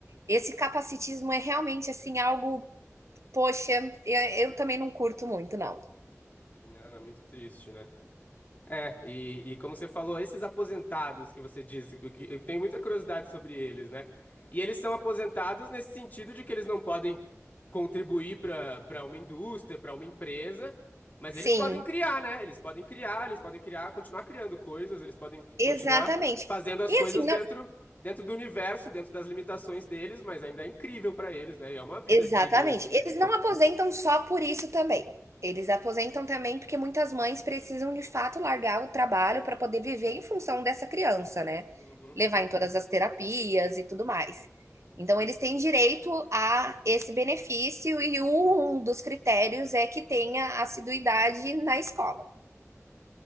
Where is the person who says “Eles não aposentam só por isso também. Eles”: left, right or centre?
Right